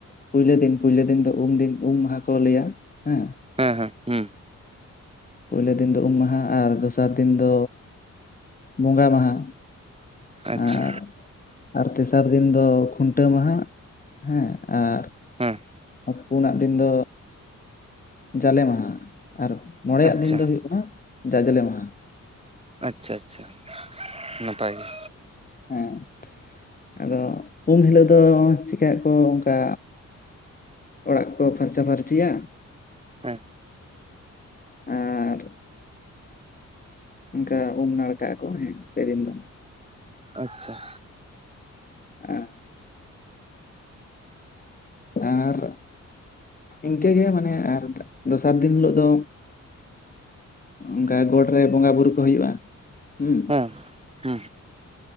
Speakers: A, on the left (about 30°); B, on the right (about 20°).
A: ᱯᱩᱭᱞᱳ ᱫᱤᱱ ᱯᱩᱭᱞᱳ ᱫᱤᱱ ᱫᱚ ᱩᱢ ᱫᱤᱱ ᱩᱢ ᱢᱟᱦᱟ ᱠᱚ ᱞᱟᱹᱭᱟ ᱦᱮᱸ
B: ᱦᱮᱸ ᱦᱮᱸ ᱦᱩᱸ
A: ᱯᱳᱭᱞᱳ ᱫᱤᱱ ᱫᱚ ᱩᱢ ᱢᱟᱦᱟ ᱟᱨ ᱫᱚᱥᱟᱨ ᱫᱤᱱ ᱫᱚ ᱵᱚᱸᱜᱟ ᱢᱟᱦᱟ
B: ᱟᱪᱪᱷᱟ
A: ᱟᱨ ᱟᱨ ᱛᱮᱥᱟᱨ ᱫᱤᱱ ᱫᱚ ᱠᱷᱩᱱᱴᱟᱹᱣ ᱢᱟᱦᱟ ᱦᱮᱸ ᱟᱨ
B: ᱦᱮᱸ
A: ᱯᱩᱱᱟᱜ ᱫᱤᱱ ᱫᱚ ᱡᱟᱞᱮ ᱢᱟᱦᱟ ᱟᱨ ᱢᱚᱬᱮᱭᱟᱜ
B: ᱟᱪᱪᱷᱟ
A: ᱫᱤᱱ ᱫᱚ ᱦᱩᱭᱩᱜ ᱠᱟᱱᱟ ᱡᱟᱡᱽᱞᱮ ᱢᱟᱦᱟ
B: ᱟᱪᱪᱷᱟ ᱟᱪᱪᱷᱟ ᱱᱟᱯᱟᱭ ᱜᱮ
A: ᱦᱮᱸ ᱟᱫᱚ ᱩᱢ ᱦᱤᱞᱳᱜ ᱫᱚ ᱪᱤᱠᱟᱭᱟ ᱠᱚ ᱚᱱᱠᱟ ᱚᱲᱟᱜ ᱠᱚᱠᱚ ᱯᱷᱟᱨᱪᱟ ᱯᱷᱷᱟᱨᱪᱤᱭᱟ
B: ᱦᱮᱸ
A: ᱟᱨ ᱚᱱᱠᱟ ᱩᱢ ᱱᱟᱲᱠᱟ ᱟᱠᱚ ᱦᱮᱸ ᱥᱮᱭ ᱫᱟᱱ ᱫᱚ
B: ᱟᱪᱪᱷᱟ
A: ᱟᱸ ᱟᱨ ᱤᱱᱠᱟᱹ ᱜᱮᱮᱷ ᱢᱟᱱᱮ ᱟᱨ ᱫᱚᱥᱟᱨ ᱫᱤᱱ ᱦᱤᱞᱳᱜ ᱫᱚ ᱚᱱᱠᱟ ᱜᱚᱴ ᱨᱮ ᱵᱚᱸᱜᱟ ᱵᱩᱨᱩ ᱠᱚ ᱦᱩᱭᱩᱜᱼᱟ ᱦᱩᱸ
B: ᱦᱮᱸ ᱦᱩ